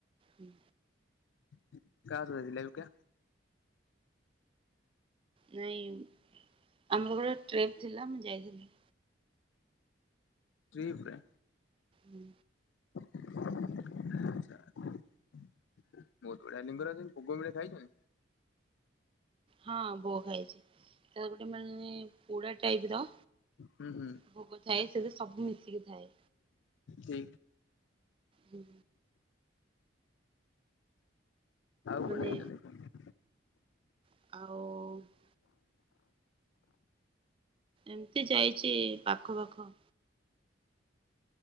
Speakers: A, on the right (about 25°); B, on the left (about 75°).
A: ହୁଁ
B: କାହା ସହ ଯାଇଥିଲେ ଏକା?
A: ନାଇଁ ଆମ ଘର ଟ୍ରିପ୍ ଥିଲା ମୁଁ ଯାଇଥିନି।
B: ଟ୍ରିପ ଏ
A: ହୁଁ।
B: ଆଚ୍ଛା। ବହୁତ ବଢ଼ିଆ ଲିଙ୍ଗରାଜରେ ଭୋଗ ମିଳେ ଖାଇଚଇଁ?
A: ହଁ ଭୋଗ ଖାଇଚି ତ ଗୋଟେ ମାନେ ପୋଡ଼ା ଟାଇପ୍ ର।
B: ହୁଁ ହୁଁ
A: ଭୋଗ ଥାଏ ସେଥିରେ ସବୁ ମିଶିକି ଥାଏ।
B: ଖି
A: ହୁଁ।
B: ଆଉ
A: ମାନେ
B: ଗୋଟେ କିଏ ଲୋକଟେ
A: ଆଉ ଏମତି ଯାଇଚି ପାଖ ପାଖ।